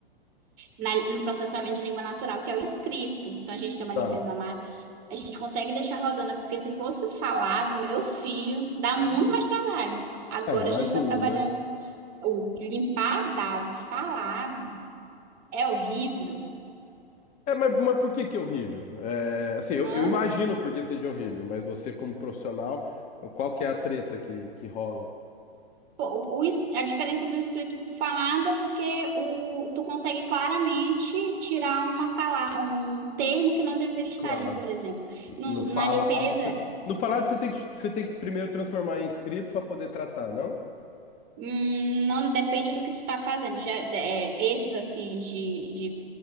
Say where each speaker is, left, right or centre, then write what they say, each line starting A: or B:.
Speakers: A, on the right; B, on the left.
A: na- no processamento de língua natural, que é o escrito. Então a gente tem uma
B: tá.
A: limpeza mais. A gente consegue deixar rodando, porque se fosse o falado, meu filho, dá muito
B: Hum.
A: mais trabalho. Agora
B: É, imagino,
A: a gente está trabalhando.
B: né?
A: O limpar dado, falado, é horrível.
B: É, mas, mas por que que é horrível? É, assim, eu,
A: Né?
B: eu imagino por que seja horrível, mas você como profissional, qual que é a treta que, que rola?
A: Pô, O, o es- a diferença do escrito para falado é porque o, tu consegue claramente tirar uma palavra, um termo que não deveria estar
B: Claro.
A: ali, por exemplo.
B: E
A: No-
B: No falado,
A: na limpeza.
B: você... No falado você tem que, você tem que primeiro transformar em escrito para poder tratar, não?
A: Hum, Não depende do que tu está fazendo. Já, é, esses assim de, de